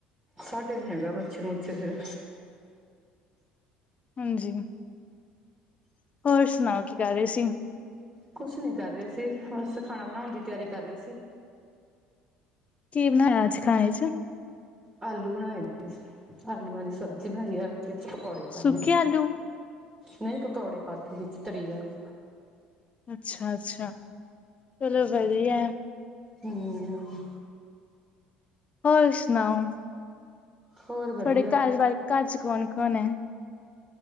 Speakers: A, on the right (about 20°); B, on the left (about 35°).
A: ਸਾਡੇ ਨੀ ਹੈਗਾ, ਮੱਛਰ-ਮੁੱਛਰ ਫਿਰ।
B: ਹਾਂਜੀ। ਹੋਰ ਸੁਣਾਓ ਕੀ ਕਰ ਰਹੇ ਸੀ?
A: ਕੁਛ ਨੀ ਕਰ ਰਹੇ ਸੀ, ਬਸ ਖਾਣਾ ਬਣਾਉਣ ਦੀ ਤਿਆਰੀ ਕਰ ਰਹੇ ਸੀ।
B: ਕੀ ਬਨਾਇਆ ਅੱਜ ਖਾਣੇ 'ਚ?
A: ਆਲੂ ਬਣਾਏ, ਆਲੂਆਂ ਦੀ ਸਬਜ਼ੀ ਬਣਾਈ ਆ, ਵਿੱਚ ਪਕੌੜੇ ਪਾਏ
B: ਸੁੱਕੇ
A: ਨੇ।
B: ਆਲੂ
A: ਨਹੀਂ, ਪਕੌੜੇ ਪਾ ਕੇ ਵਿੱਚ ਤਰੀ ਵਾਲੀ।
B: ਅੱਛਾ- ਅੱਛਾ, ਚਲੋ ਵਧੀਆ।
A: ਹਮ।
B: ਹੋਰ ਸੁਣਾਓ?
A: ਹੋਰ ਵਧੀਆ
B: ਤੁਹਾਡੇ ਘਰ ਬਾਰੇ, ਘਰ 'ਚ ਕੌਣ -ਕੌਣ ਐ?